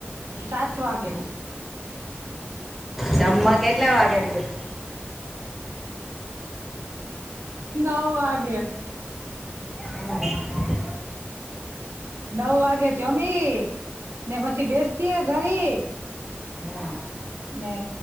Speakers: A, on the right; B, in the centre.
A: સાત વાગે.
B: જમવા કેટલા વાગે બેસ?
A: નવ વાગે.
B: હમ્મ.
A: નવ વાગે જમી, ને પછી બેસીએ ઘડીક.
B: હમ
A: ને